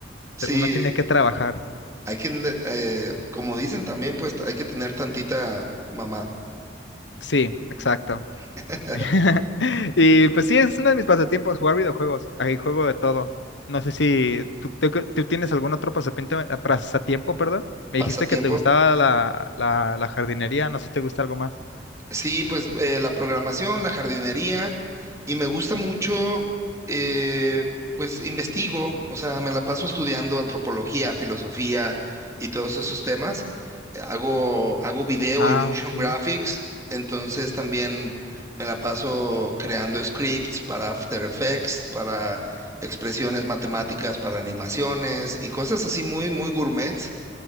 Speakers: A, on the right; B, on the left.
A: Sí,
B: te- uno tiene que trabajar,
A: hay que, eh, como dicen también, pues hay que tener tantita mamá,
B: sí, exacto.
A: <laughs>
B: <laughs> Y pues sí, es uno de mis pasatiempos, jugar videojuegos, ahí juego de todo. No sé si tú, tú- tú tienes algún otro pasatiempo, eh, pasatiempo, perdón, me
A: pasatiempo.
B: dijiste que te gustaba la, la, la jardinería, no sé si te gusta algo más.
A: Sí, pues eh, la programación, la jardinería, y me gusta mucho, eh, pues investigo, o sea, me la paso estudiando antropología, filosofía y todos esos temas. Eh, Hago, hago video
B: Ah,
A: y motion
B: ok.
A: graphics, entonces también me la paso creando scripts para After Effects, para expresiones matemáticas, para animaciones y cosas así muy, muy gourmets.